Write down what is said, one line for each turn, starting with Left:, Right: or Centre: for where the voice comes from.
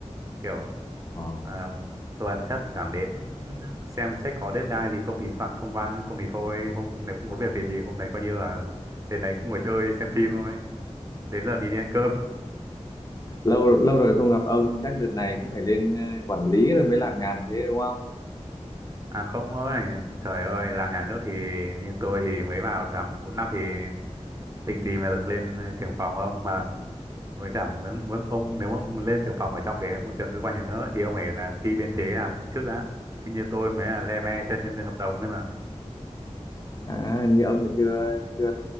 Right: kiểu
Left: Ờ.
Right: ờ, tuần chắc thỉnh thoảng đến ừ, xem check có deadline gì không thì soạn công văn không thì thôi hôm nếu không có việc thì thì hôm nay coi như là đến đấy cứ ngồi chơi xem phim thôi đến giờ đi đi ăn cơm
Left: lâu lâu rồi không gặp ông chắc đợt này cũng phải lên ờ, quản lý rồi mới làm nhàn thế đúng không
Right: à không ơi trời ơi làm nhà nước thì như tôi thì mới vào làm 4 năm thì trình gì mà được lên trưởng phòng không mà với cả muốn muốn ông nếu mà ông lên trưởng phòng ở trong cái môi trường cơ quan nhà nước ấy, thì ông phải là thi biên chế nào công chức đã chứ như tôi mới là le ve chân nhân viên hợp đồng thôi mà
Left: À, như ông là chưa chưa